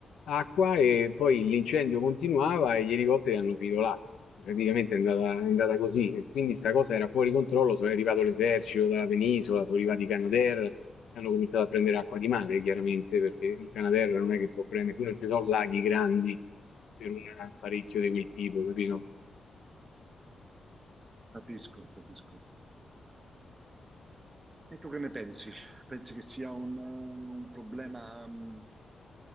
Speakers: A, on the left; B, on the right.
A: acqua e poi l'incendio continuava e gli elicotteri hanno finito l'acqua. Praticamente è andata, è andata così. E quindi sta cosa era fuori controllo, sono arrivato l'esercito dalla penisola, sono arrivati i Canadair, hanno cominciato a prendere acqua di mare, chiaramente, perché il Canadair non è che può prendere, qui non ci sono laghi grandi per un apparecchio di quel tipo, capito?
B: capisco, capisco. E tu che ne pensi? Pensi che sia un, un problema mm,